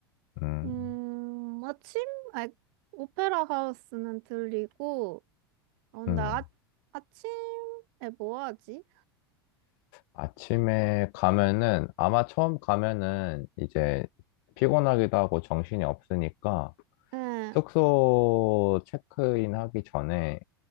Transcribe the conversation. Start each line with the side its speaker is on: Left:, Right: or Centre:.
Left: 음,
Right: 음, 아침? 아, 오페라 하우스는 들리고, 어, 나
Left: 음.
Right: 아, 아침에 뭐 하지?
Left: 아침에 가면은, 아마 처음 가면은 이제 피곤하기도 하고 정신이 없으니까
Right: 예.
Left: 숙소 체크인 하기 전에